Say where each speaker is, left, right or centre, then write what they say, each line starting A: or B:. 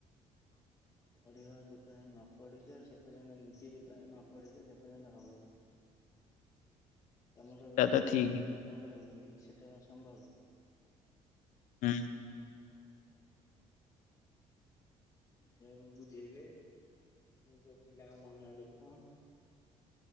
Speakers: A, on the left; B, on the left.
A: ପଢିବ ଯେପର୍ଯ୍ୟନ୍ତ ନ ପଢିଛ ସେ ପର୍ଯ୍ୟନ୍ତ ନିଜେ ଯେପର୍ଯ୍ୟ ନ ପଢିଛ ସେ ପର୍ଯ୍ୟନ୍ତ ହବନି
B: <inaudible>
A: ତମେ କହିବ
B: ତା ତ
A: ମୁଁ
B: ଠିକ
A: ପଢିବିନି ମୋର ହଉନି ସେଟା କଣ ସମ୍ଭବ
B: ହଁ
A: ସେ ବୁଝେଇଲେ ମୁ ଯୋଉ ପିଲାଙ୍କ ମନ ଦୁଃଖ